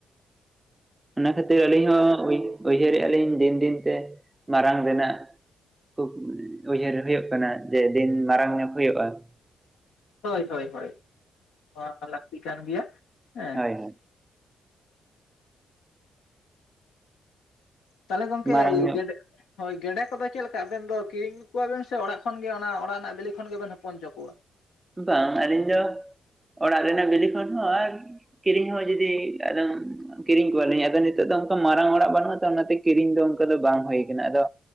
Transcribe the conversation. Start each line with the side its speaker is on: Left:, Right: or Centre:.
Right: ᱚᱱᱟ ᱠᱷᱟᱹᱛᱤᱨ ᱟᱹᱞᱤᱧ ᱦᱚᱸ ᱩᱭ-ᱩᱭᱦᱟᱹᱨᱮᱜᱼᱟ ᱞᱤᱧ ᱫᱤᱱ ᱫᱤᱱᱛᱮ ᱢᱟᱨᱟᱝᱱᱟᱜ ᱾ ᱠᱷᱩᱵ ᱩᱭᱦᱟᱹᱨ ᱦᱳᱭᱳᱜ ᱠᱟᱱᱟ ᱡᱮ ᱫᱤᱱ ᱢᱟᱨᱟᱝ ᱧᱚᱜ ᱦᱳᱭᱳᱜᱼᱟ ᱾
Left: ᱦᱳᱭ ᱦᱳᱭ ᱦᱳᱭ, ᱱᱚᱣᱟ ᱦᱚᱸ ᱞᱟᱹᱠᱛᱤ ᱠᱟᱱ ᱜᱮᱭᱟ, ᱦᱮᱸ
Right: ᱦᱳᱭ
Left: ᱾
Right: ᱦᱳᱭ
Left: ᱛᱟᱦᱚᱞᱮ ᱜᱚᱝᱠᱮ
Right: ᱢᱟᱨᱟᱝ ᱧᱚᱜ
Left: ᱜᱮᱰᱮ ᱦᱳᱭ, ᱜᱮᱰᱮ ᱠᱚᱫᱚ ᱪᱮᱫ ᱞᱮᱠᱟ ᱟᱵᱮᱱ ᱫᱚ ᱠᱤᱨᱤᱧ ᱠᱚᱣᱟᱵᱮᱱ ᱥᱮ ᱚᱲᱟᱜ ᱠᱷᱚᱱᱜ ᱜᱮ ᱚᱱᱟ ᱚᱲᱟᱜ ᱨᱮᱱᱟᱜ ᱵᱮᱞᱮ ᱠᱷᱚᱱ ᱜᱮᱵᱮᱱ ᱦᱚᱯᱚᱱᱪᱚ ᱠᱚᱣᱟ?
Right: ᱵᱟᱝ ᱟᱹᱞᱤᱧ ᱫᱚ ᱚᱲᱟᱜ ᱨᱮᱱᱟᱜ ᱵᱤᱞᱤ ᱠᱷᱚᱱ ᱦᱚᱸ ᱟᱨ ᱠᱤᱨᱤᱧ ᱦᱚᱸ ᱡᱩᱫᱤ ᱟᱫᱚᱢ ᱠᱤᱨᱤᱧ ᱠᱚᱣᱟᱞᱤᱧ ᱟᱫᱚ ᱱᱤᱛᱚᱜ ᱫᱚ ᱚᱝᱠᱟ ᱢᱟᱨᱟᱝ ᱚᱲᱟᱜ ᱵᱟᱹᱱᱩᱜᱼᱟ ᱛᱚ ᱚᱱᱟᱛᱮ ᱠᱤᱨᱤᱧ ᱫᱚ ᱚᱱᱠᱟ ᱫᱚ ᱵᱟᱝ ᱦᱩᱭ ᱠᱟᱱᱟ, ᱟᱫᱚ